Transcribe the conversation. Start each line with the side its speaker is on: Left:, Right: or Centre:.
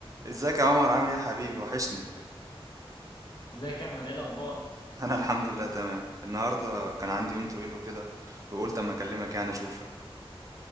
Right: ازيك يا عمر عامل ايه يا حبيبي وحشني
Left: ازيك يا احمد ايه الاخبار
Right: <laughs> انا الحمد لله تمام النهارده كان عندي يوم طويل وكده وقلت اما اكلمك يعني اشوفك